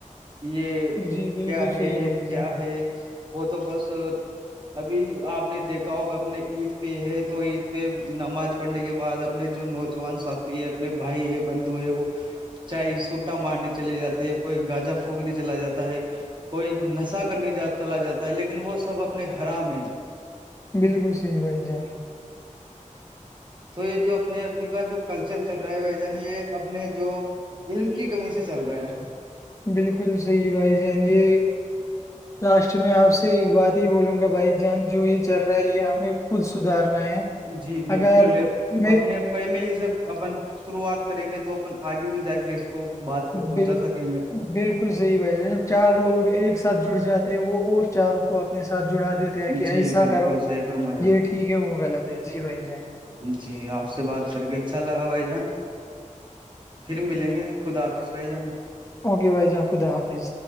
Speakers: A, on the right (about 35°); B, on the left (about 25°).
A: یہ
B: جی بالکل
A: کیا ہے
B: صحیح
A: یہ
B: بھائی
A: کیا
B: جان
A: ہے وہ تو بس ابھی آپ نے دیکھا ہوگ اپنے عید پہ ہے تو عید پہ نماز پڑھنے کے بعد اپنے جو نوجوان ساتھی ہے اپنے بھائی ہے بندو ہے وہ چاہے سٹا مارنے چلے جاتے ہیں کوئی گاجا پونکنے چلا جاتا ہے کوئی نس حصہ کرنے ج چلا جاتا ہے لیکن وہ سب اپنے حرام
B: بالکل صحیح بھائی جان
A: تو یہ جو اپنے ابھی کا جو کلچر چل رہا ہے بائی جان یہ اپنے جو علم کی کمی سے چل رہا ہے
B: بالکل صحیح بھائی جان یہ لاسٹ میں آپ سے ایک بات ہی بولوں گا بھائی جان جو یہ چل رہا ہے یہ ہمیں خود سدھارنا ہے
A: جی بالکل
B: اگر میں
A: اپنے پ ملی سے اپن شروعات کریں گے تو اپن آگے بھی جا کے کو بات کو پہنچا
B: بالکل
A: سکیں گے
B: بالکل صحیح بھائی جب چار لوگ ایک ساتھ جڑ جاتے ہیں وہ اور چاروں کو اپنے ساتھ جڑا دیتے کہ
A: جی
B: ایسا
A: بالکل
B: کرو
A: صحیح فرمایا
B: یہ ٹھیک ہے وہ غلط ہے جی بھائی
A: جی آپ سے بات کر کے اچھا لگا بھائی جان پھر ملیں گے خدا حافظ بھائی جان
B: اوکے بھائی جا خدا حافظ